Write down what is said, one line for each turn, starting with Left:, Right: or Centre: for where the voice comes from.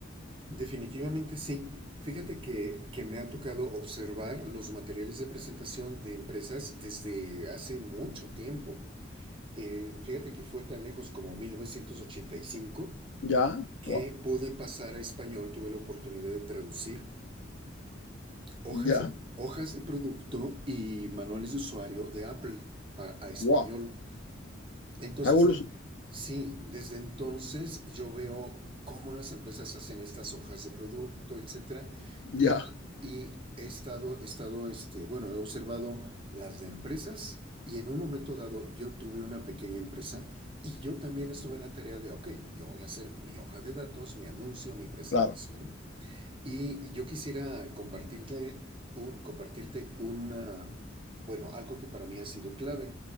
Right: Definitivamente sí. Fíjate que, que me ha tocado observar los materiales de presentación de empresas desde hace mucho tiempo. Eh, fíjate que fue tan lejos como 1985
Left: Ya,
Right: que
Left: wow,
Right: pude pasar a español, tuve la oportunidad de traducir hojas
Left: ya,
Right: de, hojas de producto y manuales de usuario de Apple para, a español.
Left: wow,
Right: Entonces,
Left: ha evolucionado.
Right: sí, desde entonces yo veo cómo las empresas hacen estas hojas de producto, etcétera,
Left: Ya,
Right: y, y he estado, he estado, este, bueno, he observado las de empresas y en un momento dado yo tuve una pequeña empresa y yo también estuve en la tarea de, ok, yo voy a hacer mi hoja de datos, mi anuncio, mi presentación
Left: claro,
Right: y yo quisiera compartirle un- compartirte una, bueno, algo que para mí ha sido clave.